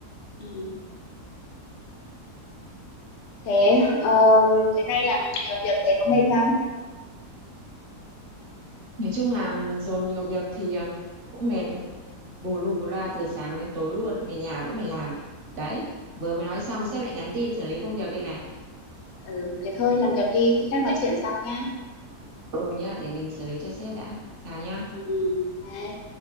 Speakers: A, on the left; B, on the right.
A: ừm. Thế, ờ, mấy nay làm nhiều việc thế có mệt không?
B: Nói chung là dồn nhiều việc thì à, cũng mệt, bù lu bù loa từ sáng đến tối luôn, về nhà vẫn phải làm. Đấy, vừa mới nói xong sếp lại nhắn tin xử lý công việc đây này.
A: Ừ, thế thôi làm việc đi, khi khác nói chuyện sau nhá.
B: Ừ nhá, để mình xử lý cho sếp đã. Chào nhá.
A: ừ ừm, bye.